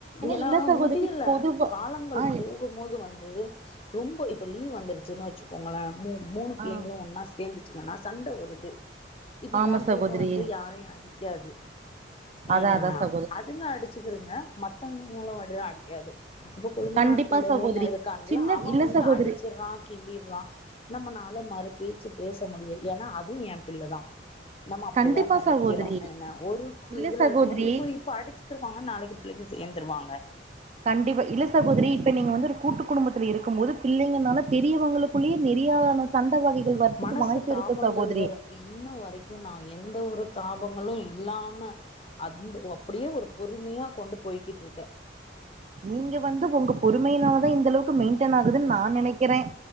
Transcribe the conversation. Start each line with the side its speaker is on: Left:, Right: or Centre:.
Left: ஏன்னா
Right: இல்ல சகோதரி
Left: முடியல
Right: பொதுவா
Left: காலங்கள்
Right: ஆ
Left: போக க்கும்போது வந்து ரொம்ப இப்ப லீவ் வந்துருச்சுன்னு வச்சுக்கோங்களே மூணு
Right: ஆ
Left: பிள்ளைங்ளு ஒன்னா சேந்துச்சுங்கன்னா சண்ட வருது இப்ப
Right: ஆமா
Left: ஏ
Right: சகோதரி
Left: பிள்ளைங்க வந்து யாரையு அடிக்காது
Right: அதா
Left: ஏன்னா
Right: அதா சகோதரி
Left: அதுங்க அடிச்சுக்கிருங்க <unintelligible> அடிக்காது இப்ப கொளுந்தனார்
Right: கண்டிப்பா
Left: பிள்ளன்னு
Right: சகோதரி
Left: இருக்கான்ல
Right: சின்ன
Left: அவ
Right: இல்ல
Left: வந்து
Right: சகோதரி
Left: அடிச்சிட்றா கிள்ளிட்றா நம்மனால மறு பேச்சு பேச முடியு ஏன்னா அதுவு எ பிள்ளதா நம்ம அப்படிதா
Right: கண்டிப்பா
Left: நெனைக்கறோ
Right: சகோதரி
Left: ஒரு
Right: இல்ல
Left: இதுல
Right: சகோதரி
Left: இருக்கும்போது இப்ப இப்ப அடிச்சுக்கிருவாங்க நாளைக்கு பிள்ளைங்க சேந்துருவாங்க
Right: கண்டிப்பா இல்ல சகோதரி இப்ப நீங்க வந்து கூட்டு குடும்பத்துல இருக்கு போது பிள்ளைங்கனால பெரியவங்களுக்குள்ளயு நெரியான சந்த வகைகள் வர்துக்கு
Left: மனசு
Right: வாய்ப்பு
Left: தாபங்கள்
Right: இருக்கு சகோதரி
Left: வரு இன்ன வரைக்கு நா எந்த ஒரு தாபங்களு இல்லாம அந்து அப்படியே ஒரு பொறுமையா கொண்டு போய்கிட்டு இருக்க
Right: நீங்க வந்து உங்க பொறுமையினால தான் இந்தளவுக்கு மெயின்டெயின் ஆகுதுன்னு நான் நெனைக்கிறேன்